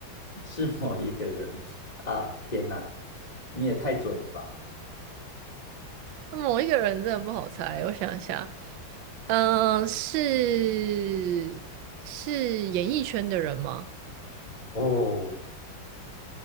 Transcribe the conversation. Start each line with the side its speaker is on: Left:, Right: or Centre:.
Left: 是某一个人 <laughs> 啊，天哪，你也太准了吧！
Right: 那某一个人真的不好猜，我想一下，嗯、是是演艺圈的人吗？
Left: 哦，